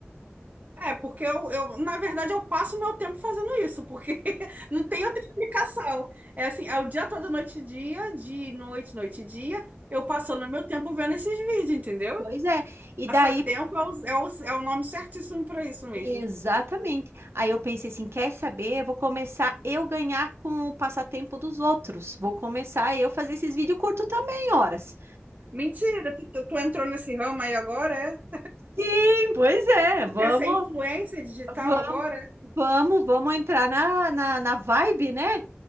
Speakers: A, on the right; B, on the right.
A: É, porque eu, eu, na verdade, eu passo meu tempo fazendo isso, porque <laughs> não tem outra explicação. É assim, é o dia todo, noite e dia, de noite, noite e dia, eu passando meu tempo vendo esses vídeos, entendeu?
B: Pois é. E
A: Passatempo
B: daí
A: é o, é o, é o nome certíssimo para isso mesmo.
B: Exatamente. Aí eu pensei assim, quer saber? Eu vou começar eu ganhar com o passatempo dos outros. Vou começar eu fazer esses vídeos curtos também, horas.
A: Mentira, tu, tu, tu entrou nesse ramo aí agora, é?
B: Sim, pois é.
A: Tu
B: Vamos,
A: quer ser influencer digital
B: vamos.
A: agora?
B: Vamos, vamos entrar na, na, na vibe, né?